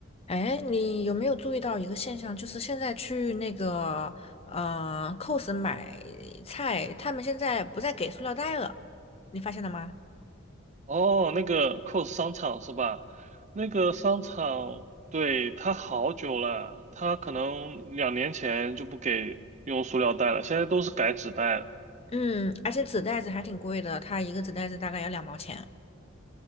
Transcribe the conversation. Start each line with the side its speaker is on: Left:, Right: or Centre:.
Left: 哎，你有没有注意到一个现象？就是现在去那个呃 COS 买菜，他们现在不再给塑料袋了，你发现了吗？
Right: 哦，那个 COS 商场是吧？那个商场，对，它好久了，它可能两年前就不给用塑料袋了，现在都是改纸袋了。
Left: 嗯，而且纸袋子还挺贵的，它一个纸袋子大概要两毛钱。